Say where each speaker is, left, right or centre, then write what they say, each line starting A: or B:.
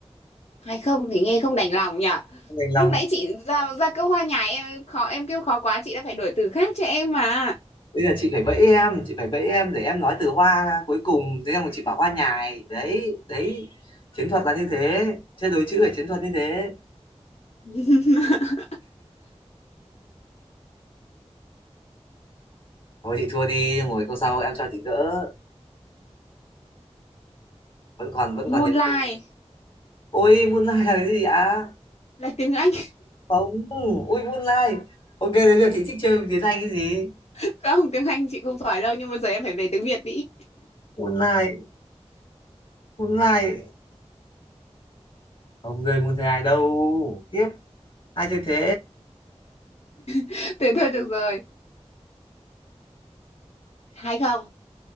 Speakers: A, on the left; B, on the left.
A: hay không thì nghe không đành lòng nhỉ
B: Không đành lòng
A: lúc nãy chị ra ra câu hoa nhài em khó em kêu khó quá chị đã phải đổi từ khác cho em mà
B: bây giờ chị phải bẫy em chị phải bẫy em để em nói từ hoa ra cuối cùng thế xong rồi chị bảo hoa nhài đấy đấy chiến thuật là như thế chơi đối chữ phải chiến thuật như thế
A: <laughs>
B: thôi chị thua đi ngồi câu sau em cho chị gỡ vẫn còn vẫn
A: Moonlight
B: còn nhiều câu ôi moonlight là cái gì ạ
A: là tiếng Anh
B: không ui moonlight ok thế giờ chị thích chơi tiếng Anh cái gì
A: <laughs> không tiếng Anh chị không giỏi đâu nhưng mà giờ em phải về tiếng Việt đi
B: moonlight Moonlight không người muốn thế ai đâu tiếp ai chơi thế
A: <laughs> thế thôi được rồi hay không